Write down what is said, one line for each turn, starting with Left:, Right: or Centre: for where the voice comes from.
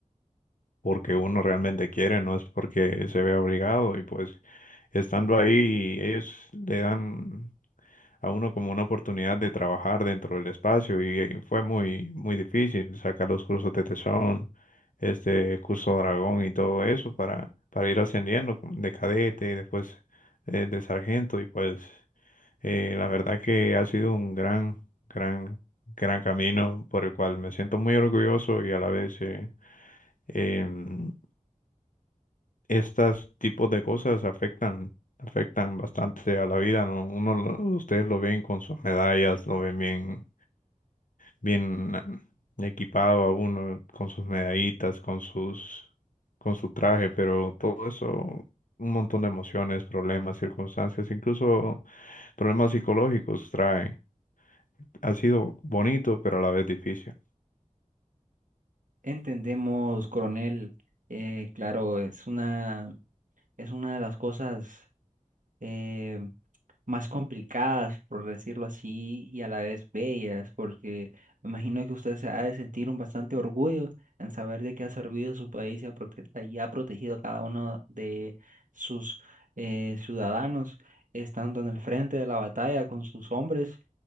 Left: porque uno realmente quiere, no es porque se vea obligado y pues estando ahí ellos le dan a uno como una oportunidad de trabajar dentro del espacio y, eh, fue muy, muy difícil sacar los cursos de tesón, este curso dragón y todo eso para, para ir ascendiendo de cadete, después eh, de sargento y pues eh, la verdad que ha sido un gran, gran, gran camino por el cual me siento muy orgulloso y a la vez... eh, em, estas tipos de cosas afectan, afectan bastante a la vida, ¿no? Uno, lo- ustedes lo ven con sus medallas, lo ven bien, bien eh, equipado a uno, con sus medallitas, con sus, con su traje, pero todo eso, un montón de emociones, problemas, circunstancias, incluso problemas psicológicos trae. Ha sido bonito, pero a la vez difícil.
Right: Entendemos, coronel, eh, claro, es una, es una de las cosas eh, más complicadas, por decirlo así, y a la vez bellas, porque me imagino que usted se ha de sentir un bastante orgullo en saber de que ha servido a su país y ha, prote- y ha protegido a cada uno de sus eh, ciudadanos, estando en el frente de la batalla con sus hombres.